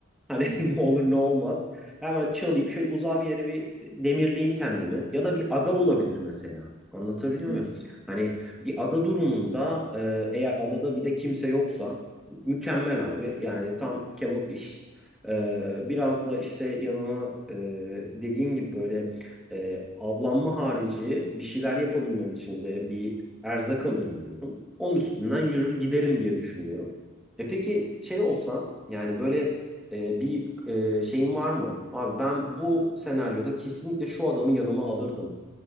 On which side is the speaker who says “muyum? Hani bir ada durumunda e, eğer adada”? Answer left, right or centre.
Centre